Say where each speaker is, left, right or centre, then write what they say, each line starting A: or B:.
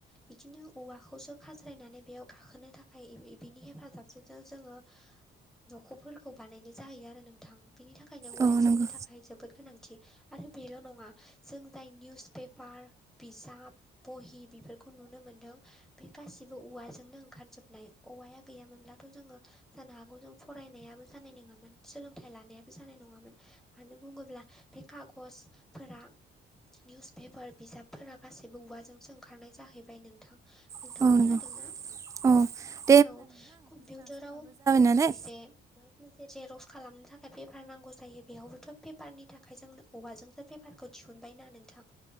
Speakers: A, in the centre; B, on the right.
A: बिदिनो औवाखौसो खास्रायनानै बेयाव गाखोनो थाखाय बिनि हेफाजाबजों जोंङो। न'खरफोरखौ बानायनाय जाहैयो आरो नोंथां बिनि थाखायनो हाया
B: औ नंगौ
A: जोंनि थाखाय बे जोबोद गोनांथि आरो बेल' नङा जों जाय निउस पेपार बिजाब बहि बेफोरखौ नुनो मोनदों बे गासिबो औवाजों जोंनो ओंखारजोबनाय औवाया गैयामोनब्लाथ' जोंङो जानो हागौ जों फरायनायाबो जानाय नंङामोन सोलोंथाइ लानायाबो जानाय नंङामोन। मानो बुङोब्ला बे खागजफोरा निउस पेपार बिजाबफोरा गासैबो औवाजोंसो ओंखारनाय जाहैबाय नोंथां नोंथाङा
B: अ
A: खोनादों ना
B: अ
A: औ कम्पिउटाराव लोगोसे
B: नालाय
A: माबा मोनसे जेरस खालामनो थाखाय पेपार नांगौ जायो बेयावबोथ' पेपारनि थाखाय जोंनो औवाजोंसो बेफारखौ दिहुनबायना नोंथां